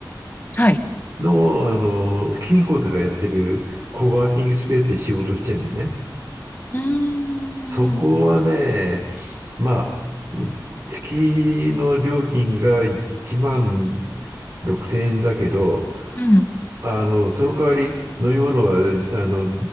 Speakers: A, on the left; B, on the right.
A: はい。
B: の、あの、金骨がやってるコワーキングスペースで仕事してるのね。
A: うーん。
B: そこはね、まあ、月の料金が1万6000円だけど、
A: うん。
B: あの、その代わり飲み物は、あの、